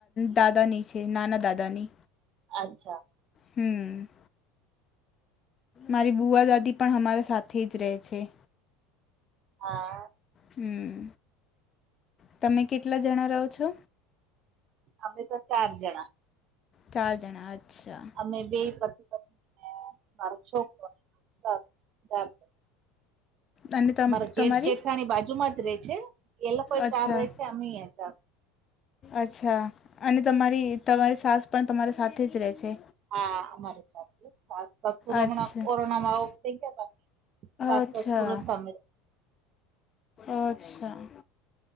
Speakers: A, on the left; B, on the right.
A: દાદાની છે નાના દાદાની.
B: અચ્છા.
A: હમ્મ. મારી બુવા દાદી પણ અમારા સાથે જ રહે છે.
B: હા.
A: હમ્મ તમે કેટલા જણા રહો છો?
B: અમે તો ચાર જણા.
A: ચાર જણા અચ્છા.
B: અમે બે પતિ પત્ની ને મારો છોકરો <unintelligible>
A: અને તમ
B: મારે જેઠ
A: તમારી
B: જેઠાની બાજુમાં જ રે છે એ લોકો
A: અચ્છા
B: ચાર રે છે અમે ચાર.
A: અચ્છા. અને તમારી તમારી સાસ પણ તમારી સાથે જ રહે છે.
B: હા અમારે સાથે. સા સસુર
A: અચ્છા
B: હમણાં કોરોના માં ઓફ થઈ ગયા ને સાસ
A: અચ્છા
B: સસુર હતા અમે
A: અચ્છા.